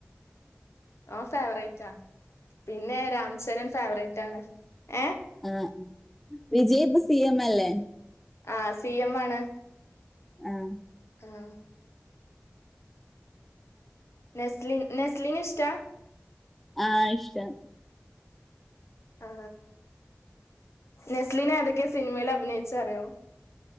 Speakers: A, on the left; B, in the centre.
A: അവൻ ഫേവറേറ്റാ പിന്നെ രാംചരൻ ഫേവറേറ്റ് ആണ് ഏ
B: ഏഹ് വിജയി ഇപ്പം സി എം അല്ലെ
A: ആ സി എം ആണ്
B: ആഹ്
A: ആഹ് നസ്ലിൻ നസ്ലിനെ ഇഷ്ടാ
B: ആ ഇഷ്ട്ടാ
A: ആ നസ്ലിൻ ഏതൊക്കേ സിനിമയിൽ അഭിനയിച്ചു അറിയോ